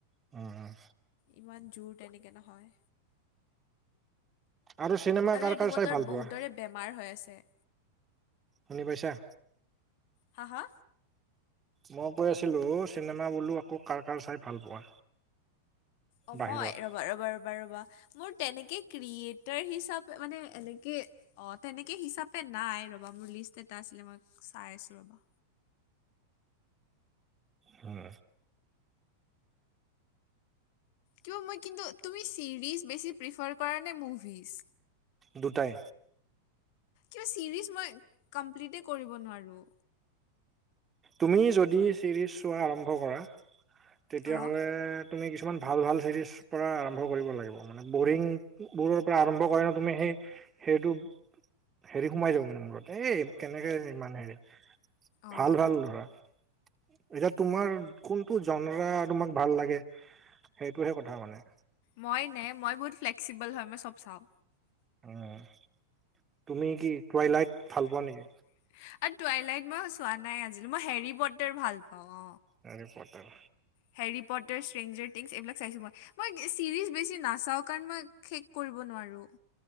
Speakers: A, on the right; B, on the left.
A: অ, অ।
B: ইমান জোৰ তেনেকে নহয়।
A: আৰু চিনেমা
B: আৰু
A: কাৰ
B: এইটো
A: কাৰ
B: বতৰত
A: চাই ভাল পোৱা
B: বহুতৰে বেমাৰ হৈ আছে।
A: শুনি পাইছাঁ?
B: হা, হা!
A: মই কৈ আছিলো, চিনেমা বোলো আকৌ কাৰ কাৰ চাই ভাল পোৱা?
B: অ',
A: বাহিৰত
B: মই! ৰ'বা, ৰ'বা, ৰ'বা, ৰ'বা! মোৰ তেনেকে ক্ৰিয়েটাৰ হিচাপে মানে এনেকে? অ', তেনেকে হিচাপে নাই। ৰবা, মোৰ লিষ্ট এটা আছিলে। মই চাই আছোঁ ৰ'বা।
A: হুম।
B: কিবা মই কিন্তু তুমি ছিৰিজ বেছি প্ৰিফাৰ কৰা নে, মুভিজ?
A: দুটাই।
B: কিবা ছিৰিজ মই কমপ্লিতেই কৰিব নোৱাৰোঁ।
A: তুমি যদি চিৰিজ চোৱা আৰম্ভ কৰা। তেতিয়াহ'লে
B: অঁ
A: তুমি কিছুমান ভাল ভাল চিৰিজ পৰা আৰম্ভ কৰিব লাগিব। মানে বৰিং বোৰৰ পৰা আৰম্ভ কৰে ন, তুমি সেই সেইটো হেৰি সোমাই যাব মানে মূৰত, এ কেনেকে ইমান হেৰি
B: অঁ
A: ভাল ভাল ধৰা। এতিয়া তোমাৰ কোনটো জনৰা তোমাক ভাল লাগে, সেইটোহে কথা মানে।
B: মই নে? মই বহুত ফ্লেক্সিবল হয়। মই চব চাওঁ।
A: উম', তুমি কি? টুৱাইলাইট
B: টুৱাইলাইট
A: ভাল পোৱা নেকি
B: মই চোৱা নাই আজি লৈ? মই হেৰি পটাৰ ভাল পাওঁ।
A: হেৰিপটাৰ।
B: হেৰিপটাৰ <unintelligible> এইবিলাক চাইছো মই। মই চিৰিজ বেছি নাচাওঁ? কাৰণ, মই শেষ কৰিব নোৱাৰোঁ।